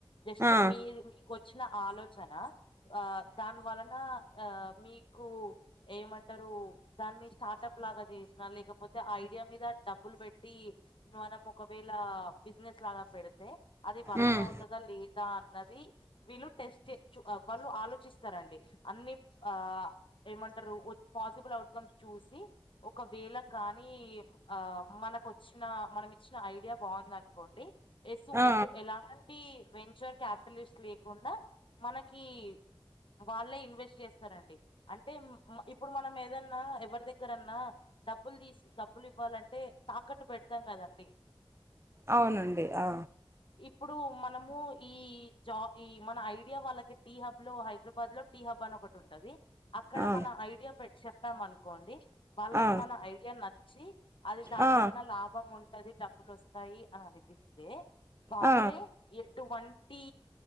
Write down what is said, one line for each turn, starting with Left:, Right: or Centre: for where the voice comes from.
Left: జస్ట్
Right: ఆ
Left: మీరు మీకు వచ్చిన ఆలోచన, ఆ దాని వలన ఆ మీకు ఏమన్ టరు దాన్ని స్టార్టప్ లాగా చేసిన, లేకపోతే ఐడియా మీద డబ్బులు పెట్టి మనం ఒకవేళ బిజినెస్ లాగా పెడితే అది వర్క్
Right: ఉమ్
Left: అవు తద లేదా అన్నది వీళ్ళు టెస్ట్ చే ఆ వాళ్ళు ఆలోచిస్తరండి అన్ని ఆ ఏమంటరు ఉత్ పాసిబుల్ అవుట్కమ్స్ చూసి ఒకవేళ కాని ఆ మనకొచ్చిన మనం ఇచ్చిన ఐడియా బాగుంది అనుకోండి ఎస్సు
Right: ఆ
Left: ఎటు ఎలా టీ వెంచర్ క్యాపిటలిస్ట్ లేకుండా మనకి వాళ్ళే ఇన్వెస్ట్ చేస్తరండి అంటే ఇప్ ఇప్పుడు మనం ఏదన్నా ఎవరి దగ్గరన్నా డబ్బులు తీసి, డబ్బులు ఇవ్వాలంటే తాకట్టు పెట్ తరు కదండి
Right: అవునండి ఆ
Left: ఇప్పుడు మనము ఈ జా ఈ మన ఐడియా వాళ్ళకి టీ హబ్ లో హైదరాబాద్ లో టీ హబ్ అని ఒకటి ఉంటది, అక్కడ
Right: ఆ
Left: మన ఐడియా పె చెప్పాం అనుకోండి వాళ్ళకి
Right: ఆ
Left: మన ఐడియా నచ్చి అది దాని
Right: ఆ
Left: వలన లాభం ఉం ది డబ్బులు వస్తాయి అని అనిపిస్తే, వాళ్ళే
Right: ఆ
Left: ఎటువంటీ